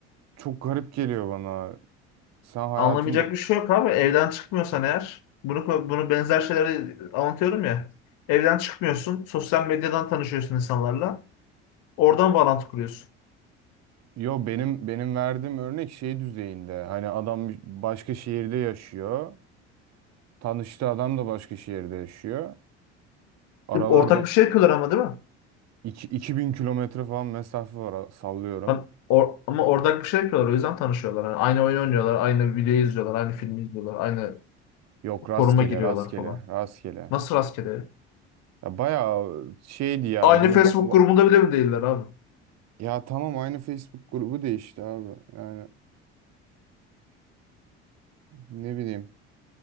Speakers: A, on the right; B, on the left.
A: çok garip geliyor bana. Sen hayatında
B: Anlamayacak bir şey yok abi. Evden çıkmıyorsan eğer, bunu bunu benzer şeyleri anlatıyorum ya. Evden çıkmıyorsun, sosyal medyadan tanışıyorsun insanlarla. Oradan bağlantı kuruyorsun.
A: Yo benim benim verdiğim örnek şey düzeyinde. Hani adam başka şehirde yaşıyor. Tanıştığı adam da başka şehirde yaşıyor. Aralarda
B: Ortak bir şey yapıyorlar ama değil mi?
A: İki- 2000 kilometre falan mesafe var sallıyorum.
B: Lan or- ama ortak bir şey yapıyorlar, o yüzden tanışıyorlar. Yani aynı oyun oynuyorlar, aynı videoyu izliyorlar, aynı filmi izliyorlar, aynı
A: Yok rastgele
B: foruma giriyorlar
A: rastgele
B: falan.
A: rastgele.
B: Nasıl rastgele?
A: Ya bayağı şeydi ya
B: Aynı
A: bunu
B: Facebook
A: va- va-
B: grubunda bile mi değiller abi?
A: ya tamam aynı Facebook grubu değişti abi. Yani ne bileyim.